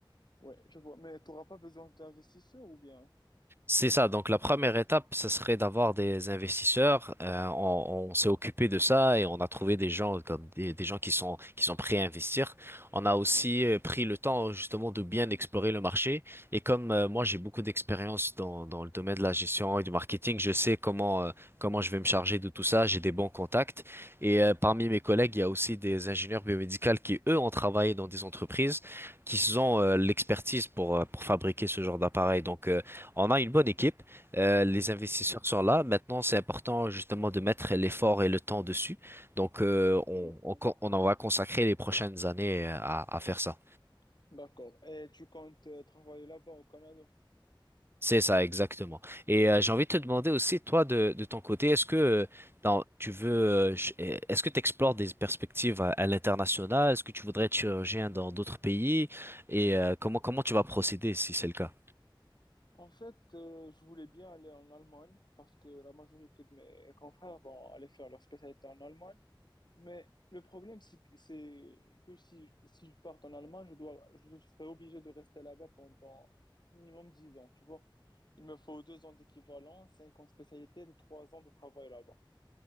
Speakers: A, on the left; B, on the right.
A: Ouais, je vois. Mais tu n'auras pas besoin d'investisseurs ou bien?
B: C'est ça. Donc la première étape, ce serait d'avoir des investisseurs. Euh, on on s'est occupé de ça et on a trouvé des gens comme des, des gens qui sont qui sont prêts à investir. On a aussi
A: Ouais,
B: euh, pris le temps justement de bien explorer le marché. Et comme euh, moi j'ai beaucoup d'expérience dans dans le domaine de la gestion et du marketing, je sais comment euh, comment je vais me charger de tout ça. J'ai des bons contacts. Et euh, parmi mes collègues, il y a aussi des ingénieurs biomédicaux qui eux ont travaillé dans des entreprises qui ont euh, l'expertise pour euh, pour fabriquer ce genre d'appareil. Donc euh, on a une bonne équipe, euh, les investisseurs sont là. Maintenant, c'est important justement de mettre l'effort et le temps dessus. Donc, euh, on,
A: ouais.
B: on, con- on en va consacrer les prochaines années euh, à, à faire ça.
A: D'accord. Et tu comptes euh, travailler là-bas au Canada?
B: C'est ça, exactement. Et euh, j'ai envie de te demander aussi, toi, de, de ton côté, est-ce que euh, dans- tu veux, euh, ch- euh, est-ce que tu explores des perspectives à, à l'international? Est-ce que tu voudrais être chirurgien dans d'autres pays? Et euh, comment, comment tu vas procéder si c'est le cas?
A: En fait, euh, je voulais bien aller en Allemagne parce que la majorité de mes confrères vont aller faire leur spécialité en Allemagne. Mais le problème, c'est que c'est que si, si je parte en Allemagne, je dois, je serai obligé de rester là-bas pendant minimum 10 ans, tu vois. Il me faut deux ans d'équivalent, cinq ans de spécialité, et trois ans de travail là-bas.